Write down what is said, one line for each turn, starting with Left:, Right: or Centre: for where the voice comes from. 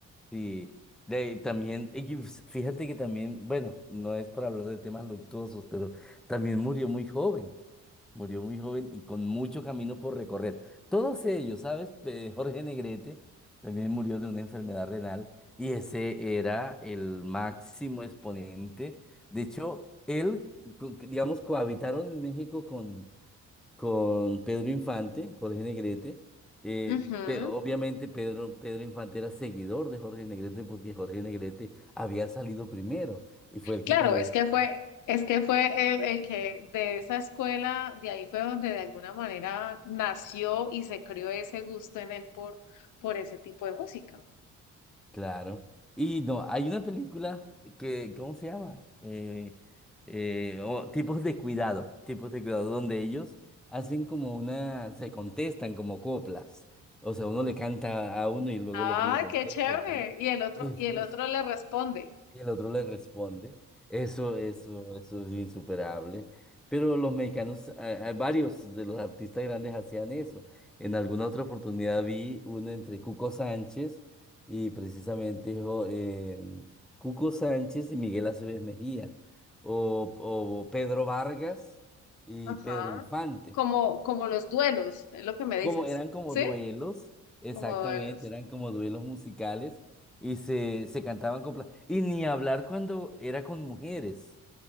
Centre: Sí, de ahí también, y que pues, fíjate que también, bueno, no es para hablar de temas luctuosos, pero también murió muy joven. Murió muy joven y con mucho camino por recorrer. Todos ellos, ¿sabes? Eh, Jorge Negrete también murió de una enfermedad renal y ese era el máximo exponente. De hecho, él, co- digamos, cohabitaron en México con, con Pedro Infante, Jorge Negrete. eh,
Left: Ujú.
Centre: pe- obviamente Pedro, Pedro Infante era seguidor de Jorge Negrete porque Jorge Negrete había salido primero y fue el
Left: Claro,
Centre: que comenzó.
Left: es que fue, es que fue el, el que de esa escuela, de ahí fue donde de alguna manera nació y se crió ese gusto en él por, por ese tipo de música.
Centre: Claro. Y no, hay una película que, ¿cómo se llama? Eh, eh, o- tipos de cuidado, tipos de cuidado, donde ellos hacen como una, se contestan como coplas. O sea, uno le canta a uno y luego
Left: Ah,
Centre: el otro le contesta
Left: qué chévere.
Centre: y tal.
Left: Y el otro,
Centre: Eso
Left: y el otro le responde.
Centre: y el otro le responde, eso, eso, eso es insuperable. Pero los mexicanos, a- a varios de los artistas grandes hacían eso. En alguna otra oportunidad vi uno entre Cuco Sánchez y precisamente dijo, em, Cuco Sánchez y Miguel Aceves Mejía, o, o Pedro Vargas y
Left: Ajá.
Centre: Pedro Infante.
Left: Como, como los duelos, es lo que me dices.
Centre: Como eran como
Left: ¿Sí?
Centre: duelos, exactamente,
Left: Como duelos.
Centre: eran como duelos musicales y se, se cantaban con... pla- Y ni hablar cuando era con mujeres.